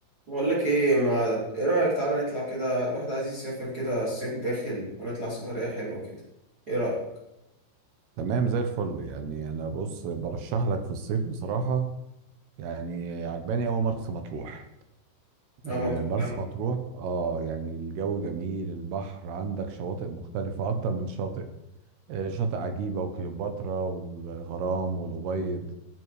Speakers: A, on the right; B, on the right.
A: بقول لك ايه ما ايه رأيك تعالى نطلع كده الواحد عايز يسافر كده الصيف داخل ونطلع سفرية حلوة كده ايه رأيك
B: تمام زي الفل يعني انا بص برشح لك في الصيف بصراحه يعني عجباني قوي مرسى مطروح
A: لا
B: آه،
A: مطروح
B: مرسى
A: جامدة
B: مطروح اه يعني الجو جميل البحر عندك شواطئ مختلفه اكتر من شاطئ آه، شاطئ عجيبه وكليوباترا والغرام والابيض